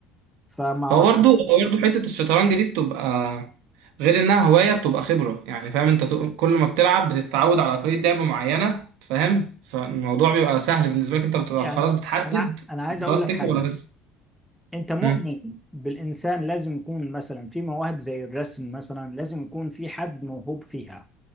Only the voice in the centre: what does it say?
فما اعرفش
يعني
انا انا عايز اقول
لك
حاجة
انت مؤمن
بالانسان لازم يكون مثلا في مواهب زي الرسم مثلا لازم يكون في حد موهوب فيها